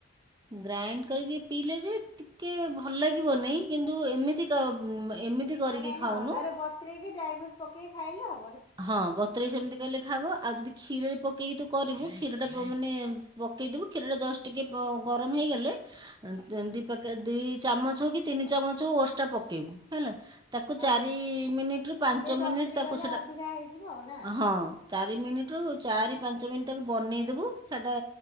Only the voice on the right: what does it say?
ଗ୍ରାଇଣ୍ଡ କରକି ପିଇଲେ ଯେ ଟିକେ ଭଲ ଲାଗିବ ନାହିଁ କିନ୍ତୁ ଏମିତି ଏମିତି କରିକି
ଖାଉନୁ।
ହଁ, ବତୁରେଇକି ସେମିତି କହିଲେ ଖାଇବ। ଆଉ ଯଦି କ୍ଷୀରରେ ପକେଇକି କରିବୁ କ୍ଷୀର ଟା ମାନେ
ପକେଇଦବୁ କ୍ଷୀର ଟା ଦଶ ଟିକେ ଗରମ ହେଇଗଲେ ଦିଖ ଦି ଚାମଚ ହଉ କି ତିନି ଚାମଚ ହୋଉ ଓଡ୍ସ ଟା ପକେଇବୁ। ହେଲା ତାକୁ
ଚାରି ମିନିଟ୍ ରୁ ପାଞ୍ଚ
ମିନିଟ୍ ତାକୁ
ସେଟା
ହଁ ଚାରି ମିନିଟ୍ ରୁ ଚାରି ପାଞ୍ଚ ମିନିଟ୍ ତାକୁ ବନେଇଦବୁ ସେଟା